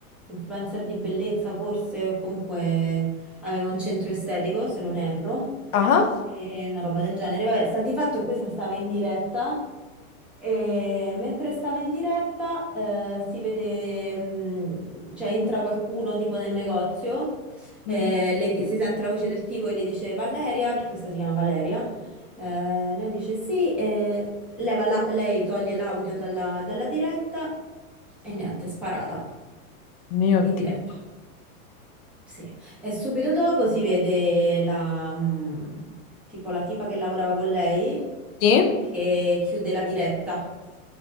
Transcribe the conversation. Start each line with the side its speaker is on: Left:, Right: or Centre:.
Centre: influencer di bellezza forse, o comunque aveva un centro estetico, se non erro,
Left: Ah?
Centre: e una roba del genere. Vabbè, sta di fatto che questa stava in diretta e mentre stava in diretta, eh, si vede, mh, cioè entra qualcuno tipo nel negozio. Eh,
Left: Mm.
Centre: lei chi- si sente la voce del tipo e le dice Valeria, perché questa si chiama Valeria. Eh, lei dice sì, e leva la- lei toglie l'audio dalla, dalla diretta e niente, è sparata
Left: Mio
Centre: in
Left: Dio.
Centre: diretta. Sì. E subito dopo si vede la, mm, tipo la tipa che lavorava con lei
Left: Sì?
Centre: che chiude la diretta.